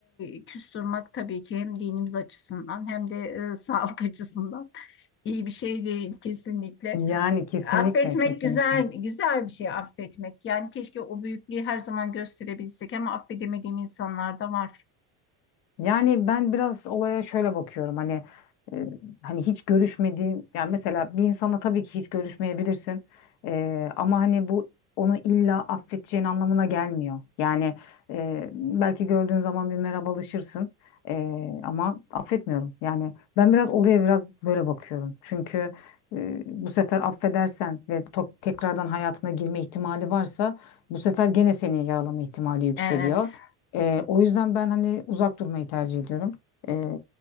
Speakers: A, on the left; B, on the left.
A: e, küs durmak tabii ki hem dinimiz açısından hem de e, sağlık açısından <laughs> iyi bir şey değil kesinlikle.
B: Yani kesinlikle
A: Affetmek
B: kesinlikle.
A: güzel güzel bir şey affetmek. Yani keşke o büyüklüğü her zaman gösterebilsek ama affedemediğim insanlar da var.
B: Yani ben biraz olaya şöyle bakıyorum hani e, hani hiç görüşmediğim yani mesela bir insana tabii ki hiç görüşmeyebilirsin E, ama hani bu onu illa affedeceğin anlamına gelmiyor. Yani e, belki gördüğün zaman bir merhabalaşırsın E, ama affetmiyorum. Yani ben biraz olaya biraz böyle bakıyorum. Çünkü e, bu sefer affedersen ve to- tekrardan hayatına girme ihtimali varsa bu sefer gene seni yaralama ihtimali yükseliyor.
A: Evet.
B: Ee, o yüzden ben hani uzak durmayı tercih ediyorum. Ee,